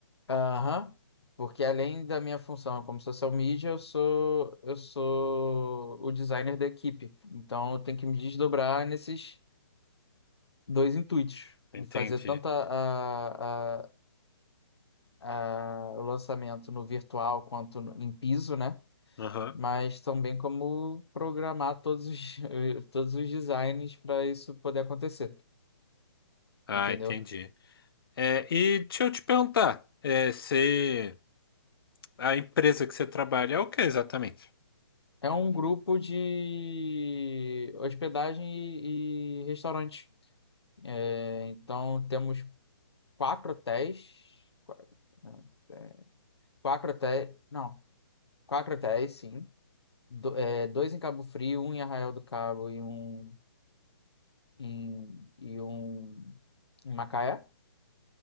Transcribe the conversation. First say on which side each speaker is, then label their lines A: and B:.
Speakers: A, on the left; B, on the left.
A: Aham. Porque além da minha função como social media, eu sou eu sou o designer da equipe. Então eu tenho que me desdobrar nesses dois intuitos,
B: Entendi.
A: de fazer tanto a, a, a- a- o lançamento no virtual quanto no- em piso, né?
B: Aham.
A: Mas também como programar todos os, <laughs> todos os designs para isso poder acontecer,
B: Ah,
A: entendeu?
B: entendi. É, e deixa eu te perguntar, é, se a empresa que você trabalha é o que exatamente?
A: É um grupo de hospedagem e, e restaurante. É, então temos quatro hotéis. qua- é, Quatro hotéis. Não, quatro hotéis, sim. Do- é, dois em Cabo Frio, um em Arraial do Cabo e um em, e um em Macaé.